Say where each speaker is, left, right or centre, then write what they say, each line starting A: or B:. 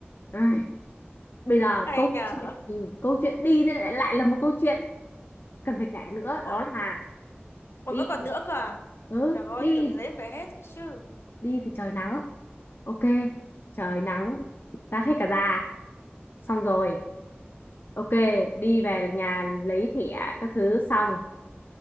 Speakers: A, on the left; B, on the left.
A: Ai, bây giờ
B: Hay
A: câu
B: nhờ.
A: chuyện ừ, câu chuyện đi thì lại lại là một câu chuyện cần phải kể nữa
B: Ồ,
A: đó là
B: ôi,
A: đi
B: vẫn còn nữa cơ à?
A: ừ,
B: Trời ơi,
A: đi
B: tưởng cái đấy về hết rồi chứ.
A: đi thì trời nắng ok trời nắng rát hết cả da xong rồi ok đi về nhà lấy thẻ các thứ xong